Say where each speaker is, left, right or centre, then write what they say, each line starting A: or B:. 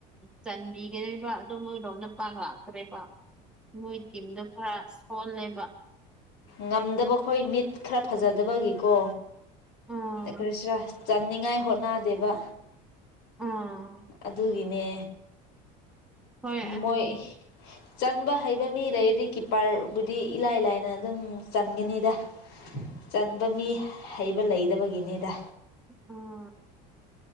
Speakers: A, in the centre; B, on the left.
A: ꯆꯟꯕꯤꯒꯅꯦꯕ ꯑꯗꯨꯣ ꯃꯣꯏꯔꯣꯝꯗ ꯄꯥꯡꯂꯥꯛꯇ꯭ꯔꯦꯕ ꯃꯣꯏ ꯇꯤꯝꯗꯣ ꯈꯔ ꯁꯣꯍꯜꯂꯦꯕ
B: ꯉꯝꯗꯕ ꯈꯣꯏ ꯃꯤꯠ ꯈꯔ ꯐꯖꯗꯕꯒꯤꯀꯣ
A: ꯑꯥ
B: ꯈ꯭ꯔꯤꯁꯥꯁ ꯆꯥꯅꯤꯡꯉꯥꯏ ꯍꯣꯠꯅꯗꯦꯕ
A: ꯑꯥ
B: ꯑꯗꯨꯒꯤꯅꯦ
A: ꯍꯣꯏ ꯑꯗꯨꯒꯤ
B: ꯃꯣꯏ ꯆꯟꯕ ꯍꯩꯕ ꯃꯤ ꯂꯩꯔꯗꯤ ꯀꯤꯞꯄꯔꯕꯨꯗꯤ ꯏꯂꯥꯏ ꯂꯥꯏꯅ ꯑꯗꯨꯝ ꯆꯟꯒꯅꯤꯗ ꯆꯟꯕ ꯃꯤ ꯍꯩꯕ ꯂꯩꯗꯕꯒꯤꯅꯤꯗ
A: ꯑꯣ